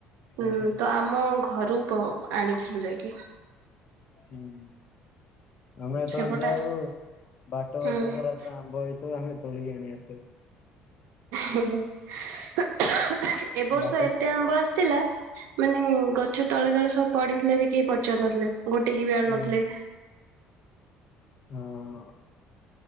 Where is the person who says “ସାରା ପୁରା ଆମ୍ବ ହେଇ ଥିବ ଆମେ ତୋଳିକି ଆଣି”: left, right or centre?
Left